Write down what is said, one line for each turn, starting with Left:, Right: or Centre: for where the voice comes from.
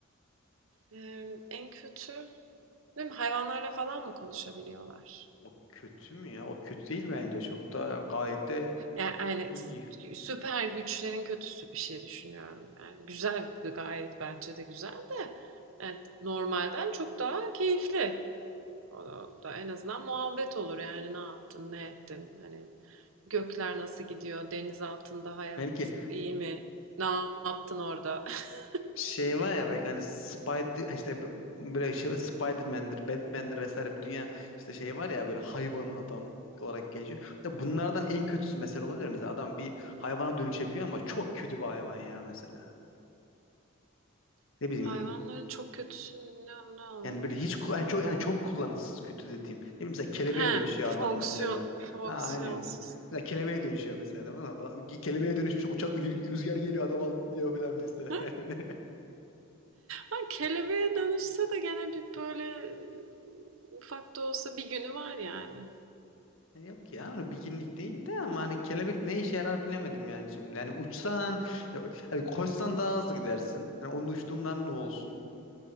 Right: Ee, en kötü. Değil mi? Hayvanlarla falan mı konuşabiliyorlar?
Left: O kötü mü ya? O kötü değil bence. Çok da gayet de
Right: Yani, yani
Left: iyi.
Right: s- süper güçlerin kötüsü bir şey düşünüyorum. Yani güzel gayet bence de güzel de. Yani normalden çok daha keyifli. O da, o da en azından muhabbet olur yani ne yaptın, ne ettin? Hani gökler nasıl gidiyor? Deniz altında hayat
Left: Belki
Right: iyi mi? Ne yaptın orada? <laughs>
Left: şey var ya belki hani Spider işte böyle şey Spider-Man'dir, Batman'dir vesaire bir dünya işte şey var ya böyle hayvan adam olarak geçiyor. Mesela bunlardan en kötüsü mesela olabilir. Mesela adam bir hayvana dönüşebiliyor ama çok kötü bir hayvan ya mesela. Ne bileyim
Right: Hayvanların çok kötüsü ne, ne olabilir?
Left: yani böyle hiç ku- yani çok yani çok kullanışsız kötü dediğim. Ne bileyim mesela kelebeğe
Right: He,
Left: dönüşüyor adam
Right: fonksiyon
Left: mesela.
Right: fonksiyonsuz.
Left: Ha aynen. Mesela kelebeğe dönüşüyor mesela adam ama kelebeğe dönüşmüş uçak rüzgar geliyor adam alıp gidiyor falan mesela
Right: Ha,
Left: <laughs> yani.
Right: ha, kelebeğe dönüşse de gene bir böyle ufak da olsa bir günü var yani.
Left: Yok ya onu bilginlik değil de ama hani kelebek ne işe yarar bilemedim yani şimdi. Yani uçsan hani koşsan daha hızlı gidersin. Hani onun uçtuğundan ne olsun?